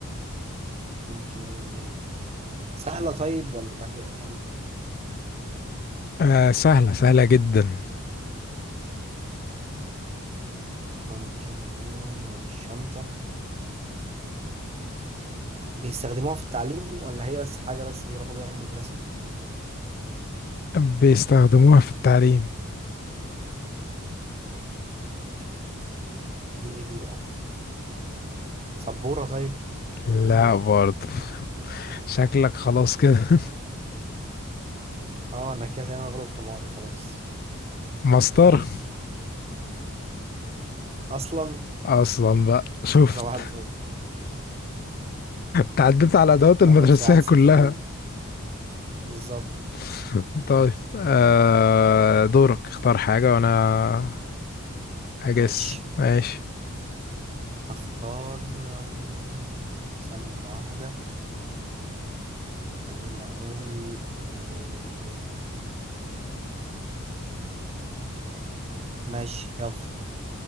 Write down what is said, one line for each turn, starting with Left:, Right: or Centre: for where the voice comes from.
Right: ممكن نقول إيه سهلة طيب ولا في يعني
Left: آه سهلة سهلة جدا
Right: ممكن نقول هي مش شنطة بيستخدموها في التعليم ولا هي بس حاجة بس بيروحوا بيها المدرسة
Left: بيستخدموها في التعليم
Right: دي إيه دي بقى سبورة طيب
Left: لا
Right: أكيد لأ
Left: برضه شكلك خلاص كده <laughs>
Right: أه أنا كده زي ما أغلب حماري خلاص
Left: مسطرة
Right: قول أصلا
Left: أصلا بقى شفت
Right: صباح
Left: <laughs>
Right: الفل
Left: تعديت على الأدوات المدرسية
Right: خلاص واحد
Left: كلها
Right: صفر ليه بالظبط
Left: <laughs> طيب آه دورك اختار حاجة وأنا هجس
Right: ماشي
Left: ماشي
Right: هختار آم، ثانية واحدة خليني أقول آه... ماشي يلا